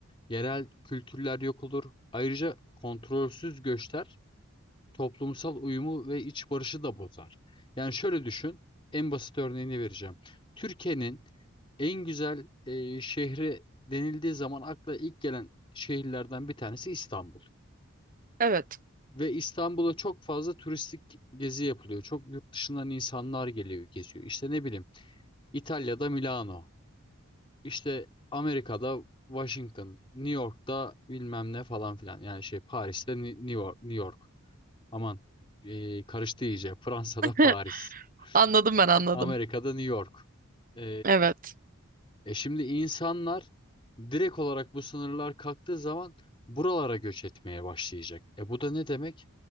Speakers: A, on the left; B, on the right.
A: yerel kültürler yok olur. Ayrıca kontrolsüz göçler toplumsal uyumu ve iç barışı da bozar. Yani şöyle düşün, en basit örneğini vereceğim. Türkiye'nin en güzel e, şehri denildiği zaman akla ilk gelen şehirlerden bir tanesi İstanbul.
B: Evet.
A: Ve İstanbul'a çok fazla turistik gezi yapılıyor. Çok yurt dışından insanlar geliyor, geziyor. İşte ne bileyim, İtalya'da Milano, işte Amerika'da Washington, New York'ta bilmem ne falan filan. Yani şey Paris'te Ni- New York, New York. Aman e, karıştı iyice. <laughs> Fransa'da
B: <laughs>
A: Paris.
B: Anladım ben
A: A-
B: anladım.
A: Amerika'da New York. E,
B: Evet.
A: e şimdi insanlar direkt olarak bu sınırlar kalktığı zaman buralara göç etmeye başlayacak. E bu da ne demek?